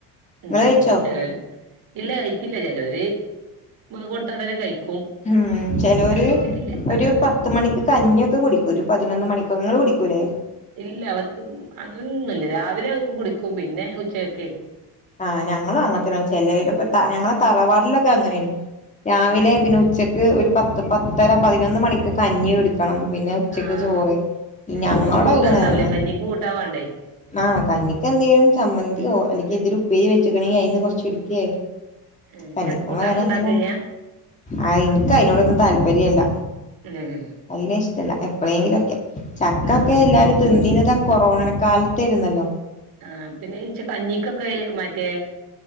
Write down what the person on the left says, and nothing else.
ഇങ്ങള് കഴിച്ചോ
ഉം ചിലര്
ഒരു
പത്ത് മണിക്ക് കഞ്ഞിയൊക്കെ കുടിക്കും ഒരു പതിനൊന്ന് മണിക്കൊക്കെ നിങ്ങള് കുടിക്കൂല്ലേ
ആ ഞങ്ങളും അങ്ങന തന്നെ ചില ഇപ്പ ത ഞങ്ങളെ തറവാടിലൊക്കെ അങ്ങനെയാണ് രാവിലെ
പിന്നെ ഉച്ചക്ക് ഒരു പത്ത് പത്തര പതിനൊന്ന് മണിക്കൊക്കെ കഞ്ഞി കുടിക്ക് ക്കണം പിന്നെ ഉച്ചക്ക്
ചോറ്
ഞങ്ങളോട്
ഇങ്ങനെയ തിന്ന
ആ കഞ്ഞി എന്തങ്കിലും ചമ്മന്തിയോ അല്ലെങ്കിൽ എന്തരു ഉപ്പേരി വെച്ചക്കണെങ്കി അതിന്ന് കൊറച്ച് എടുക്കയേ
പനിക്കും
വേറെ
എന്തലും ആ എനിക്ക് അയിനൊടൊന്നും താല്പര്യല്ല
ഐല ഇഷ്ടമല്ല എ എപ്പഴേങ്കിലൊക്കെ ചക്ക
ഒക്കെ എല്ലാരും തിന്നത് കൊറോണ കാലത്തായിരുന്നല്ലോ